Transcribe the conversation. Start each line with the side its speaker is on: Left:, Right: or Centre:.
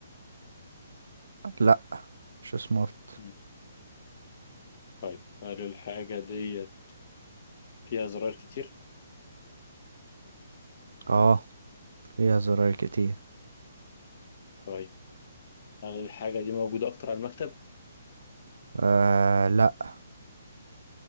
Right: لا مش سمارت
Left: مم. طيب هل الحاجة ديت فيها زراير كتير؟
Right: اه فيها زراير كتير
Left: طيب هل الحاجة دي موجودة أكتر على المكتب؟
Right: آه لا